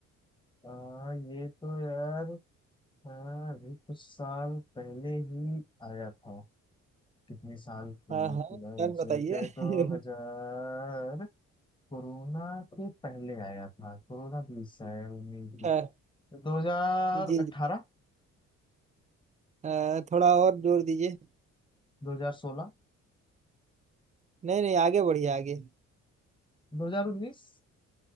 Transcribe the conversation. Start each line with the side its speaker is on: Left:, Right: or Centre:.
Left: आ, ये तो यार हाँ, अभी कुछ साल पहले ही आया था कितने साल की
Right: हाँ हाँ सर
Left: एग्जैक्ट
Right: बताइए
Left: है तो
Right: <laughs>
Left: हजार कोरोना के पहले आया था कोरोना बीस है उन्नीस
Right: हाँ
Left: दो हजार
Right: जी
Left: अठारह
Right: जी। अ, थोड़ा और जोर दीजिए
Left: दो हजार सोलह
Right: नहीं नहीं आगे बढ़िए आगे
Left: दो हजार उन्नीस